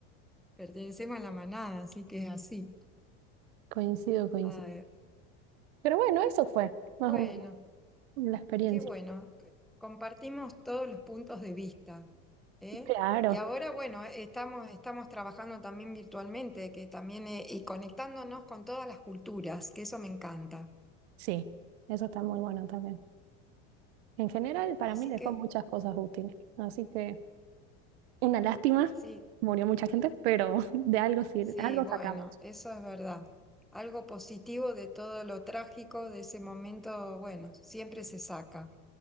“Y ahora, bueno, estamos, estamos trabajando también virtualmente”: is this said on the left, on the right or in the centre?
Centre